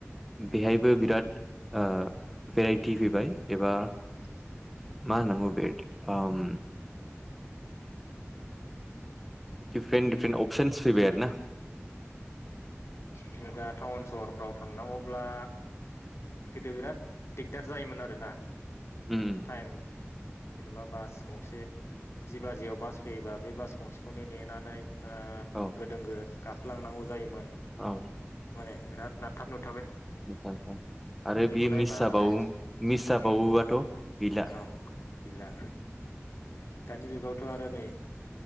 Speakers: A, in the centre; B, on the left.
A: बेहायबो
B: औ
A: बिराद ओ भेराइटि फैबाय। एबा
B: उम
A: मा होननांगौ बेद उम दिफारेन्ट दिफारेन्ट अपसन्स फैबाय आरो ना
B: जायगा टाउन सहर फ्राव थांनांगौब्ला गोदो बिराद दिगदार जायोमोन आरोना।
A: उम
B: टाइम जेनेबा बास गंसे जि बाजियाव बास फैयोबा बे बास गंसेखौनो नेनानै ओ बिराद होंगो
A: औ
B: दोंगो लांनांगौ जायोमोन।
A: औ।
B: माने बिराद नाबथाब नुब
A: नंगौ नोंथां आरो बेयो
B: नायबा
A: मिसाबावो
B: ओमफ्राय
A: मिसाबावोबाथ'
B: उम
A: गैला।
B: औ गैला दानि जुगावथ' आरो नै